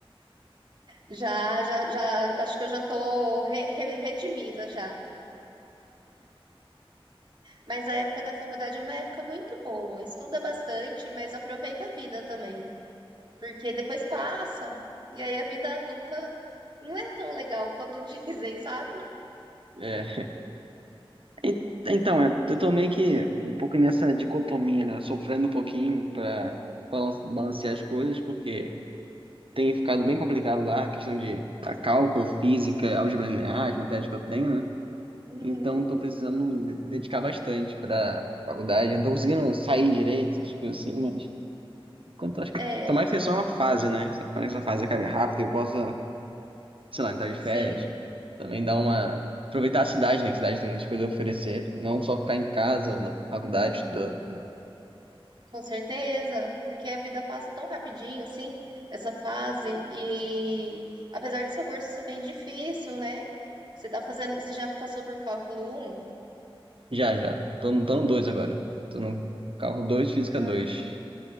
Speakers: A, on the right; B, on the right.
A: Já, já, já, acho que eu já estou redimida já. Mas a época da faculdade é uma época muito boa. Estuda bastante, mas aproveita a vida também. porque depois passa. E aí a vida adulta não é tão legal quanto <laughs> dizem, sabe?
B: É. E- Então, eu eu tô meio que um pouco nessa dicotomia, né? Sofrendo um pouquinho pra balan- balancear as coisas, porque tem ficado bem complicado lá a questão de a cálculo, física, álgebra linear, as matérias que eu tenho, né?
A: Uhum.
B: Então, tô precisando me dedicar bastante pra faculdade. Eu não tô conseguindo sair direito, tipo assim, mas enquanto eu acho que
A: É,
B: tomara que seja só uma fase, né? Tomara que essa fase acabe rápido e eu possa sei lá, entrar de
A: sim,
B: férias. Também dar uma. Aproveitar a cidade, né? Que a cidade tem muitas coisas a oferecer. Não só ficar em casa ou na faculdade estudando. entendeu?
A: com certeza, porque a vida passa tão rapidinho, assim, essa fase, e apesar do seu curso ser bem difícil, né? Você tá fazendo, você já passou por cálculo um
B: Já, já. Tô no, tô no dois agora. Tô no cálculo dois física
A: Ah,
B: dois